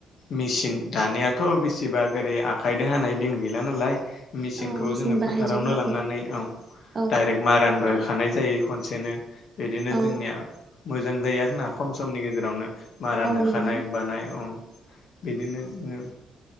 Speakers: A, on the left; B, on the right.
A: मेसिन दानियाथ' बेसेबा ओरै आखाइजों हानाय दिन गैला नालाय। मेसिनखौ
B: औ मेचिन
A: जोङो
B: बाहायजोबो
A: फोथारावनो लांनानै औ
B: औ
A: दाइरेक्ट मारानबो। खानाय जायो खनसेनो। बिदिनो
B: औ
A: जोंनिया। मोजां जायो आरो ना खम समनि गेजेरावनो। मारान
B: औ
A: होखानाय
B: नंगौ
A: बानाय। बिदिनो जोङो।